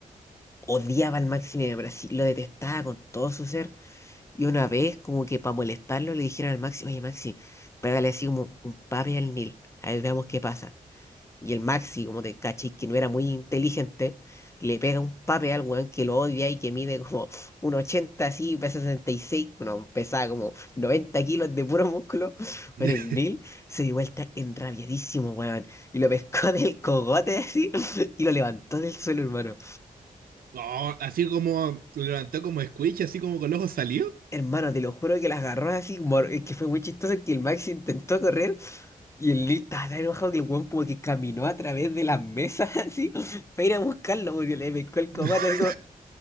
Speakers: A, on the left; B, on the right.
A: Odiaba al Máximo de Brasil, lo detestaba con todo su ser. Y una vez, como que para molestarlo, le dijeron al Maxi, oye Maxi, pégale así como un papi al Nil. A ver, veamos qué pasa. Y el Maxi, como te caché, que no era muy inteligente, le pega un pape al weón que lo odia y que mide como <laughs> un ochenta así, pesa 66 no, pesaba como 90 kilos de puro músculo. <laughs>
B: <laughs>
A: Bueno, el Neil se dio vuelta enrabiadísimo, weón, y lo pescó <laughs> del cogote así <laughs> y lo levantó del suelo, hermano.
B: No, así como lo levantó como Squeech, así como con los ojos salió.
A: Hermano, te lo juro que las agarró así, mor- es que fue muy chistoso que el Maxi intentó correr y el Neil estaba tan enojado que el weón como que caminó a través de las mesas <laughs> así para ir a buscarlo porque le pescó el cogote
B: <laughs>
A: así como...